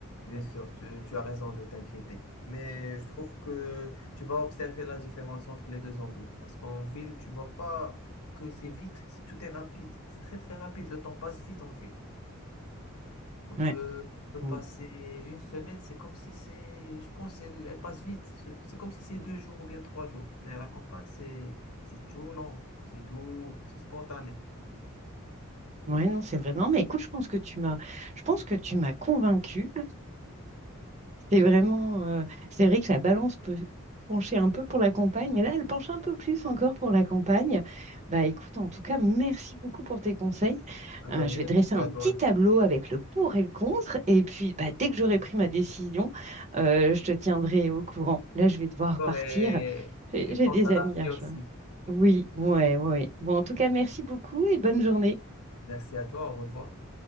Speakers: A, on the left; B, on the right.
A: Bien sûr, tu, tu as raison de t'inquiéter. Mais je trouve que tu vas observer la différence entre les deux ambiances. Parce qu'en ville, tu vois pas que c'est vite, c'est- tout est rapide. C'est très très rapide, le temps passe vite en ville. On
B: Ouais.
A: peut, on peut
B: Mm.
A: passer une semaine, c'est comme si c'est, je pense, elle, elle passe vite. C'est c'est comme si c'est deux jours ou bien trois jours. Mais à la campagne, c'est, c'est tout lent, c'est doux, c'est spontané.
B: Ouais, non, c'est vrai. Non, mais écoute, je pense que tu m'as, je pense que tu m'as convaincue. C'est vraiment, euh, c'est vrai que la balance peut pencher un peu pour la campagne, mais là, elle penche un peu plus encore pour la campagne. Bah, écoute, en tout cas, merci beaucoup pour tes conseils.
A: De
B: Euh,
A: rien,
B: je vais dresser
A: merci
B: un
A: à toi
B: petit
A: aussi.
B: tableau avec le pour et le contre, et puis bah, dès que j'aurai pris ma décision, euh, je te tiendrai au courant. Là, je vais devoir
A: Encore
B: partir.
A: Et,
B: J'ai
A: et
B: j'ai
A: pense
B: des
A: à
B: amis
A: ta fille
B: à rejoindre.
A: aussi.
B: Oui, ouais, ouais. Bon, en tout cas, merci beaucoup et bonne journée.
A: Merci à toi, au revoir.